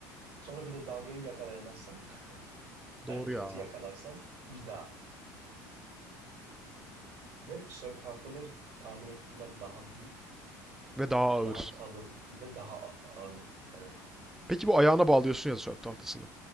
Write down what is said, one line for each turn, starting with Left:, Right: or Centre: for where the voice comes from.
Right: Sonra bir de dalgayı yakalayamazsan <laughs>
Centre: Doğru
Right: hani kötü
Centre: ya.
Right: yakalarsan bir daha. Ve sörf tahtaları tahmin ettiğinden daha büyük.
Centre: Ve daha ağır.
Right: Daha kalın ve daha ağır. Evet.
Centre: Peki bu ayağına bağlıyorsun ya surf tahtasını.